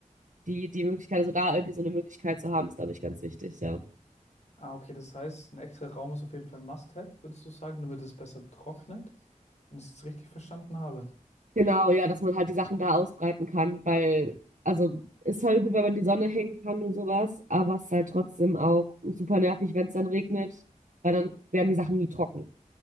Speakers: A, on the right (about 70°); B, on the left (about 55°).
A: die, die Möglichkeit, also da irgendwie so eine Möglichkeit zu haben, ist, glaube ich, ganz wichtig, ja.
B: Ah, okay, das heißt, ein extra Raum ist auf jeden Fall ein Must-have, würdest du sagen, damit es besser trocknet, wenn ich es jetzt richtig verstanden habe.
A: Genau, ja, dass man halt die Sachen da ausbreiten kann, weil, also, ist halt gut, wenn man die Sonne hängen kann und sowas, aber es ist halt trotzdem auch super nervig, wenn es dann regnet, weil dann werden die Sachen nie trocken.